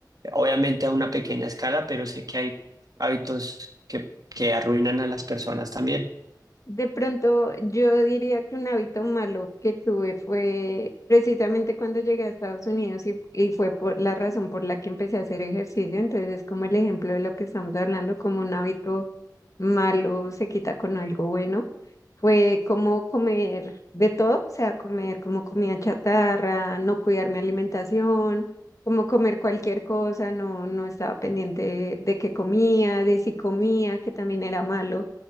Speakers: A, on the right; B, on the left.
A: obviamente a una pequeña escala, pero sé que hay hábitos que, que arruinan a las personas también.
B: De pronto, yo diría que un hábito malo que tuve fue precisamente cuando llegué a Estados Unidos y, y fue por la razón por la que empecé a hacer ejercicio. Entonces, es como el ejemplo de lo que estamos hablando, como un hábito malo se quita con algo bueno. Fue como comer de todo, o sea, comer como comida chatarra, no cuidar mi alimentación, como comer cualquier cosa, no, no estaba pendiente de, de qué comía, de si comía, que también era malo